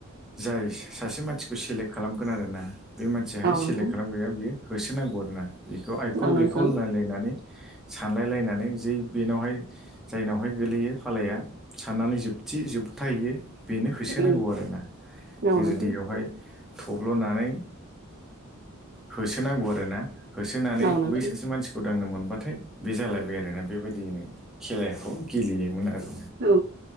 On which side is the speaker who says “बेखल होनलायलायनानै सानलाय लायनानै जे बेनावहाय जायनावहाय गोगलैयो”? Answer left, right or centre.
Centre